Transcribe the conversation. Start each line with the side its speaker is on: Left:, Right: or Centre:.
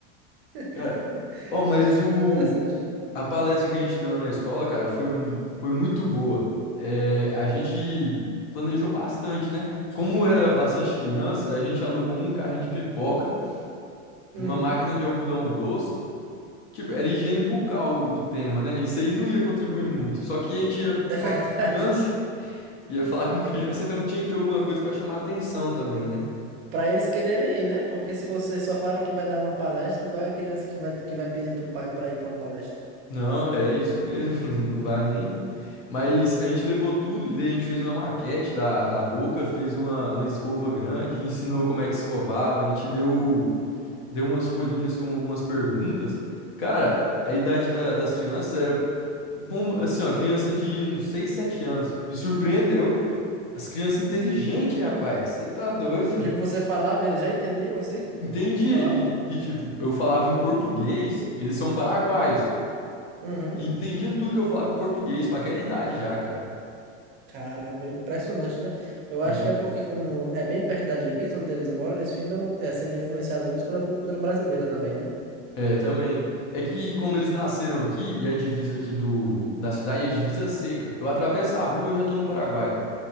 Right: <laughs>
Left: Cara, ó, mas o.
Right: Interessante.
Left: A palestra que a gente deu lá na escola, cara, foi, mu- foi muito boa. É, a gente planejou bastante, né? Como era bastante crianças, a gente alugou um carrinho de pipoca,
Right: Uhum,
Left: uma máquina de algodão doce. Tipo, era higiene bucal o, o tema, né? Isso aí não ia contribuir
Right: uhum.
Left: muito. Só que a gente ia
Right: É
Left: falar
Right: verdade.
Left: com criança, ia falar com criança, então tinha que ter alguma coisa pra chamar atenção também, né?
Right: Pra eles quererem ir, né? Porque se você só fala que vai dar uma palestra, qual é a criança que vai, que vai pedir pro pai pra ir pra uma palestra?
Left: Não, é isso mesmo, <laughs> não vai nem. Mas a gente levou tudo e daí a gente fez uma maquete da, da boca, fez uma, uma escova grande, ensinou como é que escovava, a gente deu, deu umas folhinhas com algumas perguntas. Cara, a idade da- das crianças era, vamos, assim, ó, criança de uns 6, 7 anos. Me surpreendeu. As crianças inteligentes, rapaz, você tá doido?
Right: Tipo, você falava, eles já entendiam assim?
Left: <laughs> Entendi.
Right: Tudo que tu falava?
Left: E, e, tipo, eu falava em português, eles são paraguaios.
Right: Uhum.
Left: E entendia tudo que eu falava em português, com aquela idade já, cara.
Right: Caramba, impressionante, né? Eu acho
Left: Hum.
Right: que é porque, como é bem perto da divisa onde eles moram, eles findam é, sendo influenciados muito pela cultura brasileira também, né?
Left: É, também. É que como eles nasceram aqui, e a divisa aqui do, da cidade é divisa seca. Eu atravesso a rua, e eu já tô no Paraguai.